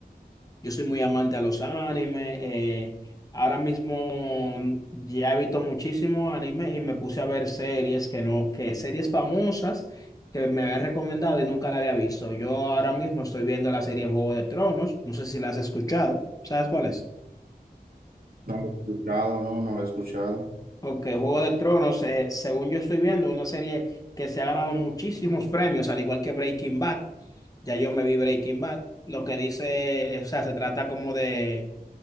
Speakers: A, on the left (about 20°); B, on the right (about 65°).
A: Yo soy muy amante a los animes. eh, ahora mismo ya he visto muchísimos animes y me puse a ver series que no, que series famosas que me habían recomendado y nunca la había visto. Yo ahora mismo estoy viendo la serie Juego de Tronos. No sé si la has escuchado. ¿Sabes cuál es?
B: ¿No lo he escuchado? No, no lo he escuchado.
A: Ok, Juego de Tronos, eh, según yo estoy viendo, una serie que se ha ganado muchísimos premios, al igual que Breaking Bad. Ya yo me vi Breaking Bad. Lo que dice, eh, o sea, se trata como de